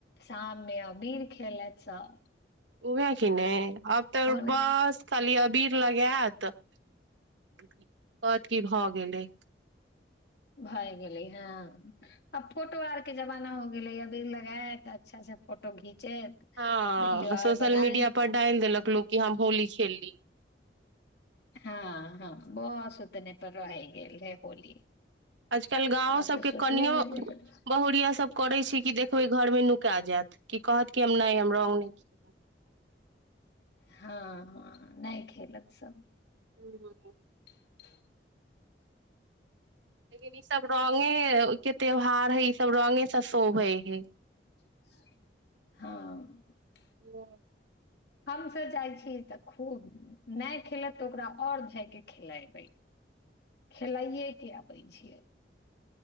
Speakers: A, on the left (about 65°); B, on the right (about 85°).
A: शाममे अबीर खेलत सभ
B: उहै कि नहि आब तऽ
A: ने
B: बस खाली अबीर लगैत कहत की भऽ गेलै
A: भए गेले हँ आ फोटो आर के जमाना हो गेले अभी लगाय तऽ अच्छा से फोटो घीच खिचैत
B: हँ
A: विडियो
B: सोशल
A: आर बनैत
B: मीडिया पर डालि देलक लोक कि हम होली खेलली
A: ह ह बस उतनै रहि गेल है होली
B: आजकल गाँव
A: आब
B: सबके
A: तऽ सोशले
B: कनियो
A: मीडिया पर
B: बहुरिया सब करै छै कि देख ओहि घरमे नुका जैत कि कहत कि हम नहि हम हम रंग नहि
A: हँ हँ नहि खेलत सब
B: ह ह
A: <unintelligible>
B: <unintelligible> सब रंगे के त्यौहार है ई सब रंगे से शोभै है
A: हँ
B: <unintelligible>
A: हमसभ जाइ छी तऽ खूब नहि खेलत तऽ ओकरा आओर जाए कऽ खेलयबै खेलाइके आबै छियै